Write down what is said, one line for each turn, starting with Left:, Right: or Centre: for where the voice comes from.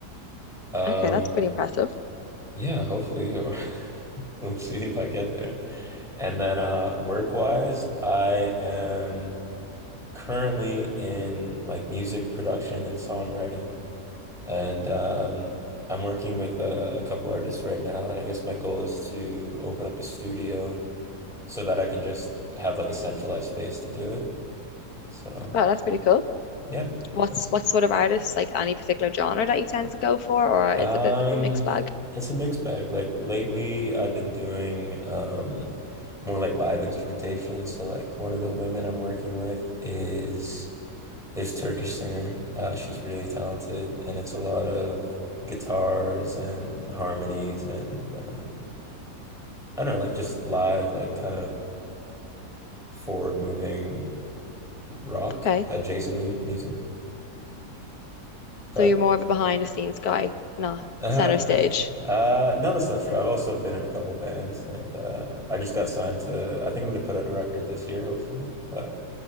Centre: Um,
Left: Okay, that's pretty impressive.
Centre: Yeah, hopefully, or <laughs> we'll see if I get there. And then uh work-wise, I am currently in like music production and songwriting. And um I'm working with uh, a couple artists right now, and I guess my goal is to open up a studio so that I can just have like a centralized space to do it. So,
Left: Wow, that's pretty cool.
Centre: yeah,
Left: What's
Centre: that's
Left: what sort of artists, like any particular genre that you tend to go for, or
Centre: Um,
Left: is it a bit of a mixed bag?
Centre: it's a mixed bag. Like lately, I've been doing um more like live instrumentation. So like one of the women I'm working with is this Turkish singer. Uh, she's really talented, and it's a lot of guitars and harmonies and um, I don't know, like just live, like kind of forward moving rock
Left: Okay.
Centre: adjacent mu music. But
Left: So you're more of a behind the scenes guy, not
Centre: Uh,
Left: center stage.
Centre: uh, no, that's not true. I've also been in a couple bands, and uh, I just got signed to. I think I'm gonna put out a record this year, hopefully, but